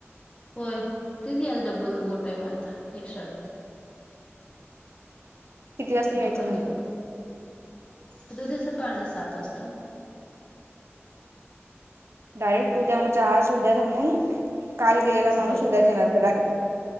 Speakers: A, on the left; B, on the right.
A: होय तेच की आज डब्बल ओवर टाइम आता एक्स्ट्रा.
B: किती वाजता
A: तू दुपारची
B: यायचं मग
A: पण उद्या सकाळना सात वाजता.
B: डायरेक्ट उद्या म्हणजे आज उद्या थांबून काल गेलेला माणूस
A: होय
B: उद्याच येणार का डायरेक्ट.